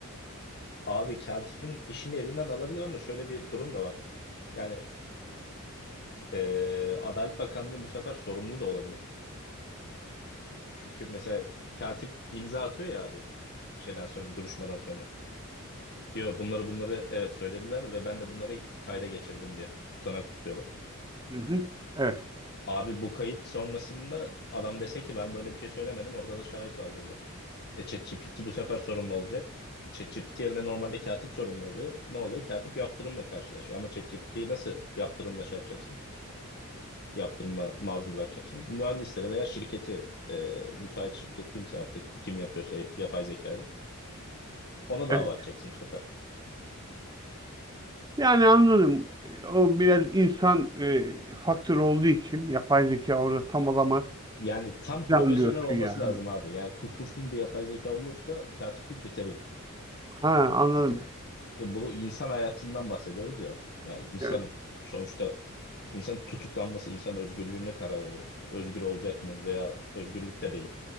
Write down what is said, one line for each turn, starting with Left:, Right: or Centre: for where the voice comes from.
Left: Abi katibin işini elinden alabilir ama şöyle bir durum da var. Yani Ee, Adalet Bakanlığı bu sefer sorumlu da olabilir. Çünkü mesela katip imza atıyor ya abi şeyden sonra duruşmadan sonra. Diyor bunları bunları evet söylediler ve ben de bunları kayda geçirdim diye tutanak tutuyorlar.
Right: Hı hı. Evet.
Left: Abi bu kayıt sonrasında adam dese ki ben böyle bir şey söylemedim orada da şahit var diyelim. E ChatGPT bu sefer sorumlu olacak. E, ChatGPT yerine normalde katip sorumlu oluyor. Ne oluyor? Katip yaptırımla karşılaşıyor. Ama ChatGPT'yi nasıl yaptırımla şey yapacaksın? yaptırıma maruz bırakacaksın. Mühendisleri veya şirketi, e, müteahhit şirket kimse artık kim yapıyorsa yapay zekayı ona
Right: Evet.
Left: dava açacaksın bu sefer.
Right: Yani anladım. O biraz insan e, faktörü olduğu için yapay zeka orada tam olamaz
Left: Yani tam profesyonel
Right: falan diyorsun
Left: olması
Right: yani.
Left: lazım abi. Yani kusursuz bir yapay zeka olursa katiplik bitebilir.
Right: Ha anladım.
Left: Çünkü ya bunu insan hayatından bahsediyoruz ya. Yani insan
Right: Evet.
Left: sonuçta insan tutuklanması, insan özgürlüğüne karar veriyorsun. Özgür olacak mı veya özgürlükte değil.